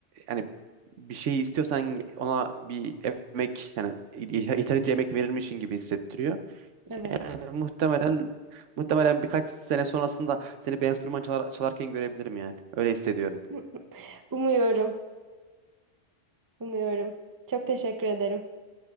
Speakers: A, on the right (about 85°); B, on the right (about 35°).
A: yani bir şeyi istiyorsan ona bir emek yani yeterince emek verilmişin gibi hissettiriyor.
B: Evet.
A: Yani muhtemelen muhtemelen birkaç sene sonrasında seni bir enstrüman çalar- çalarken görebilirim yani. Öyle hissediyorum.
B: <laughs> Umuyorum, umuyorum. Çok teşekkür ederim.